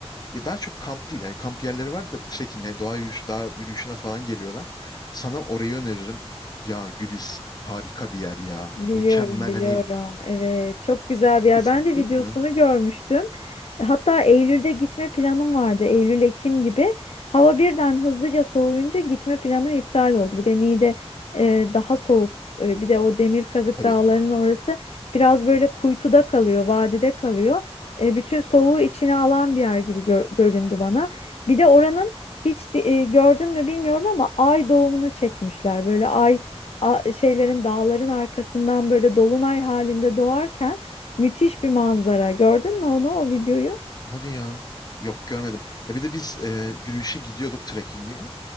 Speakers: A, on the left; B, on the left.
A: ya daha çok kamp değil. Yani kamp yerleri var da trekking, yani doğa yürüyüş, dağ yürüyüşüne falan geliyorlar. Sana orayı öneririm. Ya Gülis harika bir yer ya.
B: Biliyorum,
A: Mükemmel
B: biliyorum.
A: hani
B: Evet, çok güzel bir yer.
A: hiç
B: Ben
A: gittin
B: de videosunu
A: mi?
B: görmüştüm. Hatta Eylül'de gitme planım vardı. Eylül, Ekim gibi. Hava birden hızlıca soğuyunca gitme planım iptal oldu. Bir de Niğde e, daha soğuk. E, bir de o Demirkazık
A: Tabii.
B: Dağları'nın orası biraz böyle kuytuda kalıyor, vadide kalıyor. E, bütün soğuğu içine alan bir yer gibi gör- göründü bana. Bir de oranın hiç e, gördün mü bilmiyorum ama ay doğumunu çekmişler. Böyle ay a- şeylerin dağların arkasından böyle dolunay halinde doğarken müthiş bir manzara. Gördün mü onu o videoyu?
A: Hadi ya. Yok görmedim. Ya bir de biz e, yürüyüşe gidiyorduk trekkinge.